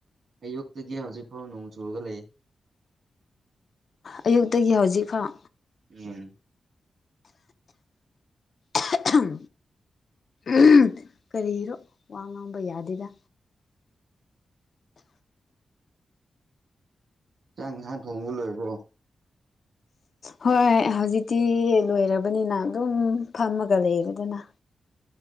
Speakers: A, on the right; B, on the left.
A: ꯑꯌꯨꯛꯇꯒꯤ ꯍꯧꯖꯤꯛ ꯐꯥꯎ ꯅꯣꯡ ꯆꯨꯔꯒ ꯂꯩ
B: ꯑꯌꯨꯛꯇꯒꯤ ꯍꯧꯖꯤꯛ ꯐꯥꯎ
A: ꯎꯝ
B: ꯍꯥ ꯑꯍꯝ ꯎꯝ ꯀꯔꯤꯔꯣ ꯋꯥ ꯉꯥꯡꯕ ꯌꯥꯗꯦꯗ
A: ꯖꯥꯡ ꯉꯥ ꯊꯣꯡꯕ ꯂꯣꯏꯔꯕꯣ
B: ꯍꯣꯏ ꯍꯧꯖꯤꯛꯇꯤ ꯂꯣꯏꯔꯕꯅꯤꯅ ꯑꯗꯨꯝ ꯐꯝꯃꯒ ꯂꯩꯔꯦꯗꯅ